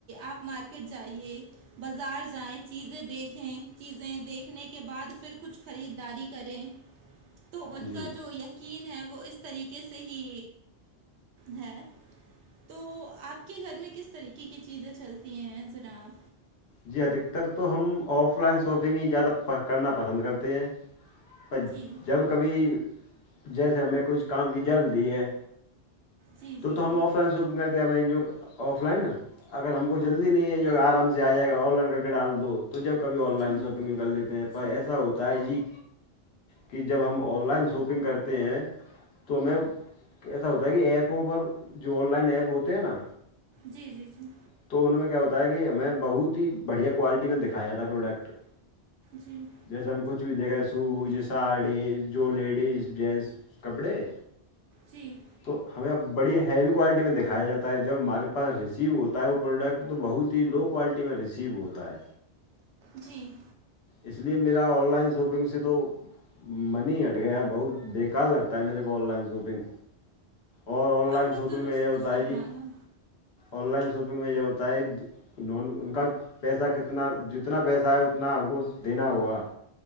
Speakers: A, on the right (about 85°); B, on the left (about 70°).
A: آپ مارکیٹ جائیے بازار جائیں چیزیں دیکھیں چیزیں دیکھنے کے بعد پھر کچھ خریداری کریں تو ان
B: جی
A: کے کا جو یقین ہے وہ اس طریقے سے ہی ہے تو آپ کے گھر میں کس طریقے کی چیزیں چلتی ہیں جناب
B: جی ادھکتر تو ہم آف لائن شاپنگ ہی زیادہ کرنا پسند کرتے ہیں پر
A: جی
B: جب کبھی جیسے ہمیں کچھ کام کی جلد دی ہے
A: جی
B: تو
A: جی
B: ہم
A: جی
B: آف لائن شاپنگ کرتے ہیں ہمیں آف لائن اگر ہم کو جلدی نہیں ہے جو آرام سے آ جائے گا آن لائن کر کے ڈال دو تو جب کبھی آن لائن
A: جی
B: شاپنگ کر لیتے ہیں پر
A: جی
B: ایسا ہوتا ہے جی کہ جب ہم آن لائن شاپنگ کرتے ہیں تو ہمیں ایسا ہوتا ہے کہ ایپ آوں پر جو آن لائن ایپ ہوتے ہیں نا
A: جی جی جی
B: تو ان میں کیا ہوتا ہے کہ ہمیں بہت ہی بڑھیا کوالٹی میں دکھایا تھا پروڈکٹ
A: جی
B: جیسے ہم کچھ بھی دیکھے سوز ساڑی جو لیڈیز جینٹس کپڑے
A: جی
B: تو ہمیں ا بڑی ہیوی کوالٹی میں دکھایا جاتا ہے جب ہمارے پاس ریسیو ہوتا ہے وہ پروڈکٹ تو بہت ہی لو کوالٹی میں ریسیو ہوتا ہے
A: جی
B: اس لیے میرا آن لائن شاپنگ سے تو منی ہٹ گیا بہت بیکار لگتا ہے میرے کو آن لائن شاپنگ اور آن لائن
A: آپ نے
B: شاپنگ
A: درست
B: میں یہ ہوتا
A: فرمایا
B: ہے جی آن لائن شاپنگ میں یہ ہوتا ہے نون ان کا پیسہ کتنا جتنا پیسہ ہے اتنا ہم کو دینا ہوا